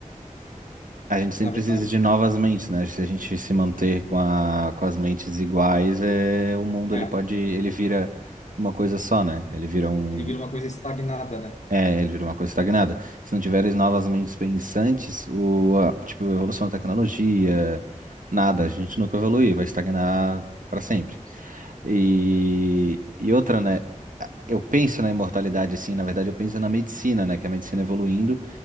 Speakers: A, on the right (about 85°); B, on the left (about 60°).
A: A gente sempre
B: Na verdade,
A: precisa de novas mentes, né? Se a gente se manter com a, com as mentes iguais, é, o mundo
B: é,
A: ele pode, ele vira uma coisa só, né? Ele vira um,
B: ele vira uma coisa estagnada, né?
A: é, ele vira uma coisa estagnada. Se não tiveres novas mentes pensantes, o, a- tipo, a evolução da tecnologia, nada, a gente nunca evolui, vai estagnar para sempre. E, e outra, né? Eu penso na imortalidade assim, na verdade eu penso na medicina, né? Que é a medicina evoluindo